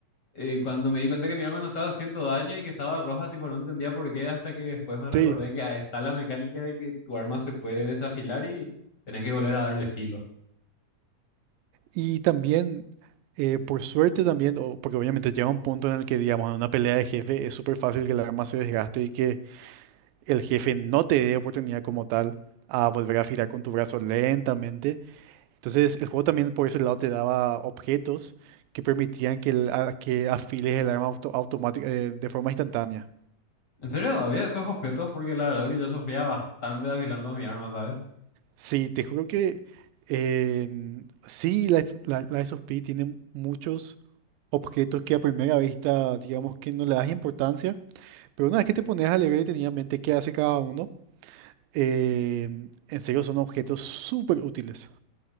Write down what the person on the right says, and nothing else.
Sí,
y también, eh, por suerte también, o- porque obviamente llega un punto en el que, digamos, en una pelea de jefe es súper fácil que el arma se desgaste y que el jefe no te dé oportunidad como tal a volver a afilar con tu brazo lentamente. Entonces, el juego también por ese lado te daba objetos que permitían que, el- a- que afiles el arma auto, automática, eh, de forma instantánea.
Sí, te juro que eh, sí, la, la, la SOP tiene muchos objetos que a primera vista, digamos que no le das importancia, pero una vez que te pones a leer detenidamente qué hace cada uno, eh, en serio son objetos súper útiles.